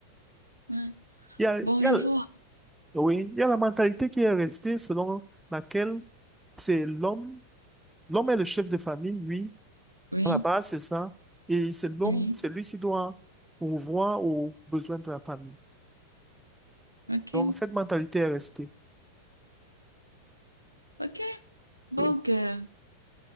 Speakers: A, on the right (about 90°); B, in the centre.
A: Ouais.
B: Il y a, il
A: Bon,
B: y
A: je
B: a,
A: vois.
B: oui, il y a la mentalité qui est restée selon laquelle c'est l'homme, l'homme est le chef de famille, lui.
A: Oui.
B: À la base, c'est ça. Et c'est l'homme,
A: Oui.
B: c'est lui qui doit pourvoir aux besoins de la famille.
A: Ok.
B: Donc, cette mentalité est restée.
A: Ok. Donc,
B: Oui.
A: euh,